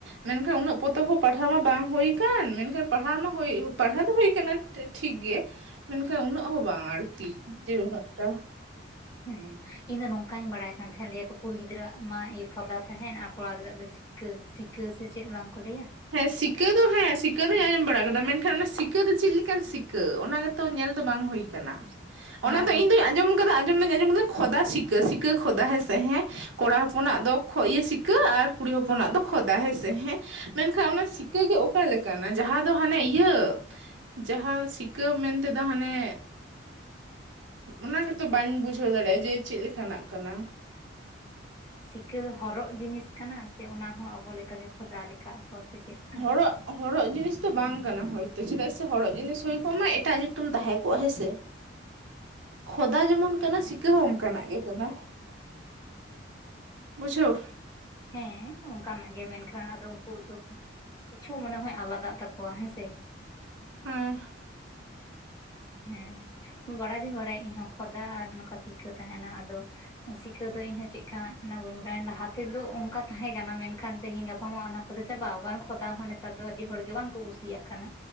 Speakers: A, on the right; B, on the left.
A: ᱢᱮᱱ ᱠᱷᱟᱱ ᱩᱱᱟᱹᱜ ᱯᱚᱛᱚᱵ ᱦᱚᱸ ᱯᱟᱲᱦᱟᱣ ᱢᱟ ᱵᱟᱝ ᱦᱩᱭ ᱠᱟᱱ ᱢᱮᱱᱠᱷᱟᱱ ᱯᱟᱲᱦᱟᱣ ᱢᱟ ᱦᱩᱭ ᱯᱟᱲᱦᱟᱣ ᱫᱚ ᱦᱩᱭ ᱠᱟᱱᱟ ᱴᱷᱤᱠ ᱜᱮ ᱢᱮᱱ ᱠᱷᱟᱱ ᱩᱱᱟᱹᱜ ᱦᱚᱸ ᱵᱟᱝ ᱟᱨᱠᱤ ᱡᱮ ᱩᱱᱟᱹᱜ ᱴᱟ
B: ᱦᱮᱸ ᱤᱧ ᱫᱚ ᱱᱚᱝᱠᱟᱧ ᱵᱟᱲᱟᱭ ᱠᱟᱱ ᱛᱟᱦᱮᱸᱫ ᱞᱟᱹᱭᱟᱠᱚ ᱠᱩᱲᱤ ᱜᱤᱫᱽᱨᱟᱹᱣᱟᱜ ᱢᱟ ᱤᱭᱟᱹ ᱠᱷᱚᱫᱟ ᱛᱟᱦᱮᱸᱱ ᱟᱨ ᱠᱚᱲᱟ ᱜᱤᱫᱽᱨᱟᱹᱣᱟᱜ ᱫᱚ ᱥᱤ ᱥᱤᱠᱟᱹ ᱥᱤᱠᱟᱹ ᱥᱮ ᱪᱮᱫ ᱵᱟᱝᱠᱚ ᱞᱟᱹᱭᱟ᱾
A: ᱦᱮᱸ ᱥᱤᱠᱟᱹ ᱫᱚ ᱦᱮᱸ ᱥᱤᱠᱟᱹ ᱫᱚᱧ ᱟᱸᱡᱚᱢ ᱵᱟᱲᱟ ᱠᱟᱫᱟ ᱢᱮᱱᱠᱷᱟᱱ ᱚᱱᱟ ᱥᱤᱠᱟᱹ ᱫᱚ ᱪᱮᱫ ᱞᱮᱠᱟᱱ ᱥᱤᱠᱟᱹ ᱚᱱᱟ ᱜᱮ ᱛᱚ ᱧᱮᱞ ᱫᱚ ᱵᱟᱝ ᱦᱩᱭᱠᱟᱱᱟ
B: ᱦᱮᱸ
A: ᱚᱱᱟ
B: ᱟᱫᱚ
A: ᱫᱚ ᱤᱧ ᱫᱚᱧ ᱟᱸᱡᱚᱢ ᱟᱸᱡᱚᱢ ᱫᱚᱧ ᱟᱸᱡᱚᱢ ᱠᱮᱫᱟ ᱠᱷᱚᱫᱟ ᱥᱤᱠᱟᱹ ᱥᱤᱠᱟᱹ ᱠᱷᱚᱫᱟ ᱦᱮᱸ ᱥᱮ ᱦᱮᱸ ᱠᱚᱲᱟ ᱦᱚᱯᱚᱱᱟᱜ ᱫᱚ ᱥᱤᱠᱟᱹ ᱥᱤᱠᱟᱹ ᱟᱨ ᱠᱩᱲᱤ ᱦᱚᱯᱚᱱᱟᱜ ᱫᱚ ᱠᱷᱚᱫᱟ ᱦᱮᱸ ᱥᱮ ᱦᱮᱸ ᱢᱮᱱ ᱠᱷᱟᱱ ᱚᱱᱟ ᱥᱤᱠᱟᱹ ᱜᱮ ᱚᱠᱟ ᱞᱮᱠᱟᱱᱟ ᱡᱟᱦᱟᱸ ᱫᱚ ᱦᱟᱱᱮ ᱤᱭᱟᱹ ᱡᱟᱦᱟᱸ ᱥᱤ ᱥᱤᱠᱟ. ᱢᱮᱱ ᱛᱮᱫᱚ ᱦᱟᱱᱮ ᱚᱱᱟ ᱜᱮᱛᱚ ᱵᱟᱹᱧ ᱵᱩᱡᱷᱟᱹᱣ ᱫᱟᱲᱮᱭᱟᱜᱼᱟ ᱡᱮ ᱪᱮᱫ ᱞᱮᱠᱟᱱᱟᱜ ᱠᱟᱱᱟ
B: ᱥᱤᱠᱟᱹ ᱦᱚᱨᱚᱜ ᱡᱤᱱᱤᱥ ᱠᱟᱱᱟ ᱥᱮ ᱚᱱᱟ ᱦᱚᱸ ᱟᱵᱚ ᱞᱮᱠᱟ ᱜᱮ ᱠᱷᱚᱫᱟ ᱞᱮᱠᱟᱜᱼᱟ <inaudible> ᱥᱮ ᱪᱮᱫ ᱞᱮᱠᱟ?
A: ᱦᱚᱲᱚᱜ ᱦᱚᱨᱚᱜ ᱡᱤᱱᱤᱥ ᱫᱚ ᱵᱟᱝ ᱠᱟᱱᱟ ᱦᱚᱭᱛᱚ ᱪᱮᱫᱟᱜ ᱥᱮ ᱦᱚᱨᱚᱜ ᱡᱤᱱᱤᱥ ᱦᱳᱭ ᱠᱚᱜ ᱢᱟ ᱮᱴᱟᱜ ᱧᱩᱛᱩᱢ ᱛᱟᱦᱮᱸ ᱠᱚᱜᱼᱟ ᱦᱮᱸ ᱥᱮ ᱠᱷᱚᱫᱟ ᱡᱮᱢᱚᱱ ᱠᱟᱱᱟ ᱥᱤᱠᱟᱹ ᱦᱚᱸ ᱚᱱᱠᱟᱱᱟᱜ ᱜᱮ ᱠᱟᱱᱟ ᱵᱩᱡᱷᱟᱹᱣ
B: ᱦᱮᱸ ᱚᱝᱠᱟᱱᱟᱜ ᱜᱮ ᱢᱮᱱᱠᱷᱟᱱ ᱟᱫᱚ ᱩᱱᱠᱩ ᱫᱚ ᱠᱤᱪᱷᱩ ᱢᱚᱱᱮ ᱦᱚᱭ ᱟᱞᱟᱫᱟᱜ ᱛᱟᱠᱚᱣᱟ ᱦᱮᱸᱥᱮ᱾
A: ᱦᱮᱸ
B: ᱦᱮᱸ ᱵᱟᱲᱟᱭ ᱫᱚᱧ ᱵᱟᱲᱟᱭᱟ ᱤᱧᱦᱚᱸ ᱠᱷᱚᱫᱟ ᱟᱨ ᱱᱚᱝᱠᱟ ᱥᱤᱠᱟᱹ ᱛᱟᱦᱮᱱᱟ ᱟᱫᱚ ᱥᱤᱠᱷᱟᱹ ᱫᱚ ᱤᱧᱦᱚᱸ ᱪᱮᱜᱠᱟᱱᱟᱜ ᱠᱟᱱᱟ ᱵᱟᱹᱧ ᱵᱟᱲᱟᱭᱟ ᱞᱟᱦᱟ ᱛᱮᱫᱚ ᱚᱝᱠᱟ ᱛᱟᱦᱮᱸ ᱠᱟᱱᱟ ᱢᱮᱱᱠᱷᱟᱱ ᱛᱮᱦᱤᱧ ᱜᱟ ᱢᱟᱢᱟ ᱚᱱᱟ ᱠᱚᱫᱚ ᱪᱟᱵᱟᱟᱣ ᱠᱟᱱ ᱠᱷᱚᱫᱟ ᱦᱚᱸ ᱱᱮᱛᱟᱨ ᱫᱚ ᱟᱹᱰᱤ ᱦᱚᱲ ᱜᱮ ᱵᱟᱝᱠᱚ ᱠᱩᱥᱤᱭᱟᱜ ᱠᱟᱱᱟ᱾